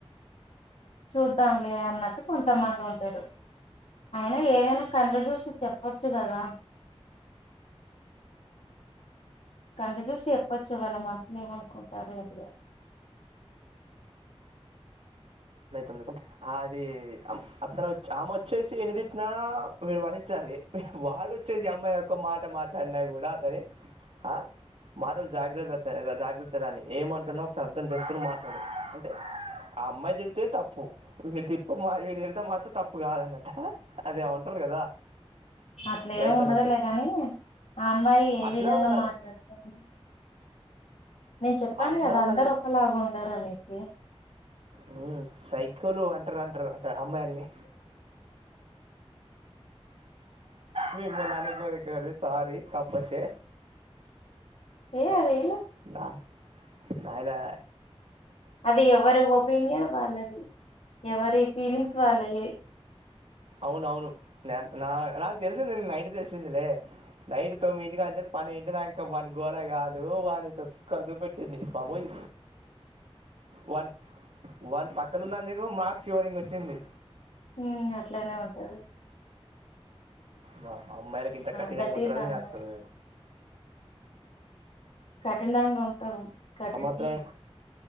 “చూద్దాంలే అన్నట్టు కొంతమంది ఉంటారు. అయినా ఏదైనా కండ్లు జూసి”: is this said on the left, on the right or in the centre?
Left